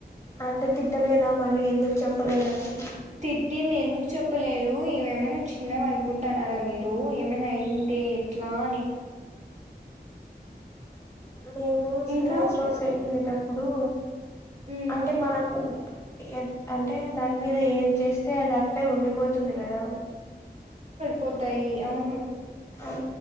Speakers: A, on the left; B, on the right.
A: అంటే తిట్టలేదా మళ్ళీ ఎందుకు చెప్పలేదని
B: తిట్టింది ఎందుకు చెప్పలేరు ఇవేమైనా చిన్నవి అనుకుంటున్నారా మీరు ఏమనా అయుంటే ఎట్లా అని
A: తా ఏమో సిమాన్స్
B: ఇంకా
A: రోడ్స్ ఎలేటప్ దూ
B: ఉమ్
A: అంటే మనము ఏంట్ అంటే దాని మీద ఏది చేస్తే అది అట్టే ఉండిపోతు తుంది కదావ్
B: పోతాయి అవును
A: ఆ